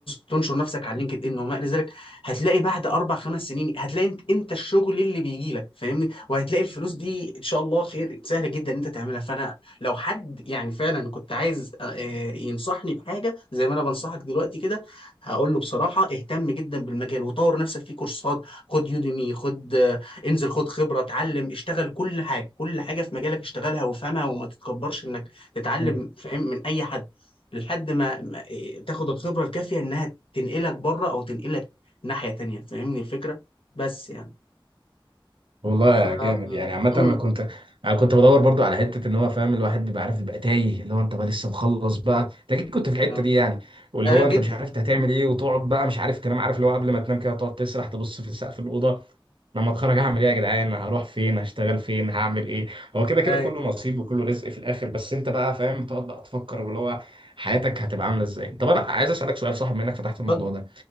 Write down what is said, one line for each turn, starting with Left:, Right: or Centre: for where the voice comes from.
Left: تنشر نفسك على لينكد ان وما الى ذلك هتلاقي بعد اربع خمس سنين هتلاقي انت, انت الشغل اللي بيجي لك فاهمني وهتلاقي الفلوس دي ان شاء الله خير سهل جدا ان انت تعملها فانا لو حد يعني فعلا كنت عايز آه، آه، ينصحني بحاجه زي ما انا بنصحك دلوقتي كده هقول له بصراحه اهتم جدا بالمجال وطور نفسك في كورسات خد يوديمي خد آه، انزل خد خبره اتعلم اشتغل كل حاجه كل حاجه في مجالك اشتغلها وافهمها وما تتكبرش انك تتعلم
Right: لي
Left: فاهم من اي حد لحد ما ما- إيه، تاخد الخبرة الكافية انها تنقلك بره او تنقلك ناحية تانية فاهمني الفكرة بس يعني
Right: والله
Left: ف
Right: جامد يعني عامة
Left: امم
Right: أنا كنت أنا كنت بدور برضو على حتة إن هو فاهم الواحد بيبقى عارف بيبقى تايه اللي هو أنت بقى لسه مخلص بقى أنت أكيد كنت في الحتة
Left: اه
Right: دي يعني واللي
Left: آه،
Right: هو
Left: جدا
Right: أنت مش عارف أنت هتعمل
Left: <laughs>
Right: إيه وتقعد بقى مش عارف تنام عارف اللي هو قبل ما تنام كده تقعد تسرح تبص في سقف الأوضة لما أتخرج هعمل إيه يا جدعان هروح فين هشتغل فين هعمل إيه هو كده كده
Left: ايوه
Right: كله نصيب وكله رزق في الآخر بس أنت بقى فاهم تقعد بقى تفكر واللي هو حياتك هتبقى عاملة إزاي طب أنا عايز أسألك سؤال صح بما إنك فتحت الموضوع
Left: اتفضل
Right: ده